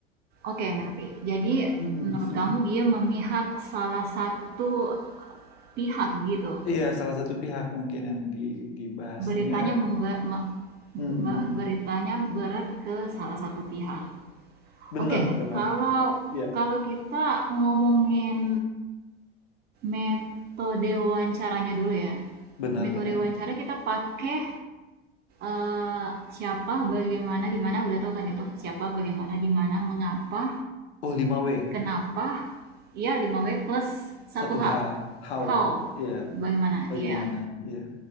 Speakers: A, on the right; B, on the left.
A: Oke, ngerti. Jadi
B: Mm-mm,
A: menurut
B: mm.
A: kamu dia memihak salah satu pihak gitu.
B: Iya, salah satu pihak mungkin yang di, dibahasnya.
A: Beritanya memba- me-
B: Mm-mm.
A: me- beritanya berat ke salah satu pihak.
B: Benar,
A: Oke,
B: benar.
A: kalau
B: Iya,
A: kalau kita ngomongin Metode wawancaranya dulu ya.
B: benar,
A: Metode
B: benar.
A: wawancara kita pakai eh, siapa, bagaimana, di mana udah tau kan itu. Siapa, bagaimana, di mana, mengapa,
B: Oh, lima w
A: kenapa. Ya lima w plus satu
B: satu
A: h
B: H, how,
A: How.
B: ya,
A: Bagaimana?
B: bagaimana,
A: Iya.
B: ya.